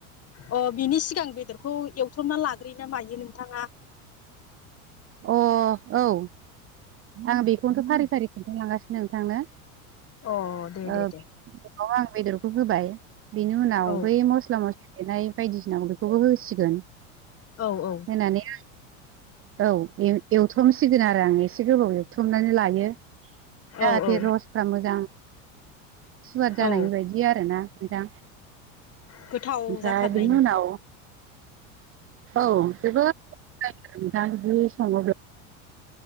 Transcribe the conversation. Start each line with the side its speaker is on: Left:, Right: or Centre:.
Left: अ बिनि सिगां बेदरखौ एवथ्रमना लाग्रोयो ना मायो नोंथाङा?
Right: अ औ आं बेखौनोथ' फारि फारि खिथालांगासिनो नोंथांनो
Left: अ दे
Right: ओ
Left: दे दे
Right: आं बेदरखौ होबाय बिनि उनाव
Left: औ
Right: बै मस्ला मस्लि । देनाय बायदिसिना बेखौबो होसिगोन।
Left: औ औ ।
Right: होनानै औ एवथ्रमसिगोन आरो आं एसे गोबाव एव थ्रमनानै लायो जाहाथे
Left: औ औ
Right: रसफ्रा मोजां । सुवार जानाय
Left: औ
Right: बायदि आरो ना नोंथां।
Left: गोथाव
Right: ओमफ्राय
Left: जाथारनायनि
Right: बेनो उनाव औ जोबोद नोंथाङादि सङाव बे